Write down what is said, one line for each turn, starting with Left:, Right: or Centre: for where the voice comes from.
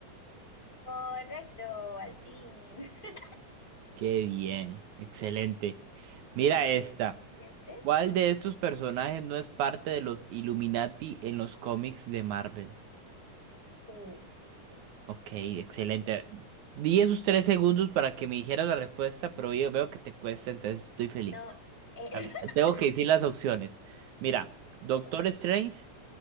Left: Correcto, al fin. <laughs>
Right: Qué bien, excelente. Mira
Left: Ok,
Right: esta.
Left: siguiente.
Right: ¿Cuál de estos personajes no es parte de los Illuminati en los cómics de Marvel?
Left: Uh,
Right: Ok, excelente. Di esos tres segundos para que me dijera la respuesta, pero yo veo que te cuesta, entonces estoy feliz.
Left: No, eh,
Right: A ver,
Left: <laughs>
Right: Tengo que decir las opciones. Mira, Doctor
Left: ya.
Right: Strange,